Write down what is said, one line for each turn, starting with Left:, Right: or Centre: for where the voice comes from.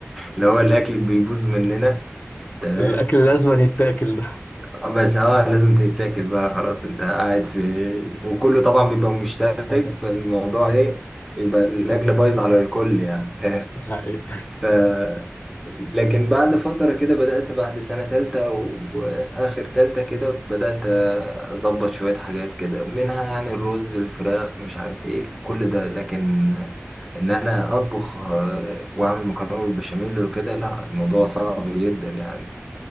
Centre: اللي هو الأكل بيبوظ مننا تمام
Left: الاكل لازم يتاكل ده
Centre: آه، بس اه لازم تتاكل بقى خلاص انت قاعد في وكله طبعا بيبقى مشترك فالموضوع ايه بيبقى الاكل
Left: <laughs>
Centre: بايظ على الكل يعني <laughs> ف...
Left: حقيقة.
Centre: ف... لكن بعد فترة كده بدأت بعد سنة تالتة و- وآخر تالتة كده بدأت أظبط شوية حاجات كده منها يعني الرز الفراخ مش عارف إيه كل ده لكن إن أنا أطبخ آه، وأعمل مكرونة بالبشاميل وكده لا الموضوع صعب جدا يعني